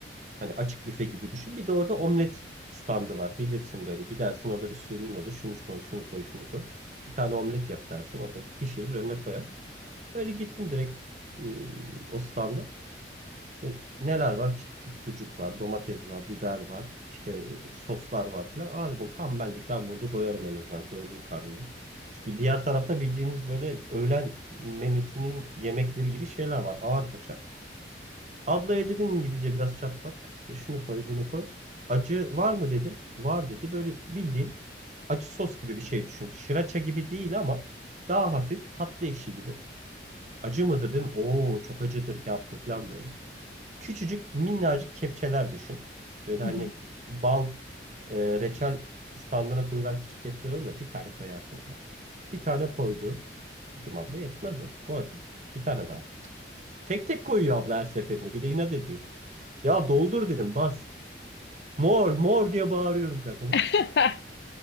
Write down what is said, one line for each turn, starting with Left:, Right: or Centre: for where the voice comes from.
Right: Hani açık büfe gibi düşün. Bir de orada omlet standı var. Bilirsin böyle gidersin orada bir sürüğün olur. Şunu koy, şunu koy, şunu koy. Bir tane omlet yap dersin. Oradaki pişirir önüne koyar. Öyle gittim direkt e, o standa. İşte neler var? İşte küp sucuk var, domates var, biber var, işte e, soslar var filan. Aa dedim tam benlik ben burada doyarım en azından. Doyururum karnımı. Çünkü diğer tarafta bildiğiniz böyle öğlen menüsünün yemekleri gibi şeyler var. Ağır kaçak. Ablaya dedim İngilizce biraz çatlat. İşte şunu koy, bunu koy. Acı var mı dedim. Var dedi. Böyle bildiğin acı sos gibi bir şey düşün. Şıraça gibi değil ama daha hafif tatlı ekşi gibi. Acı mıdır dedim. Oo çok acıdır yaptı falan böyle. Küçücük minnacık kepçeler düşün. Böyle
Left: Hı
Right: hani
Left: hı.
Right: bal e, reçel standına koyulan küçük kepçeler olur ya, bir tane koyarsın da. Bir tane koydu. Dedim abla yetmez o. Koy. Bir tane daha. Tek tek koyuyor abla her seferinde. Bir de inat ediyor. Ya doldur dedim bas. Mor mor diye bağırıyorum kadına.
Left: <laughs>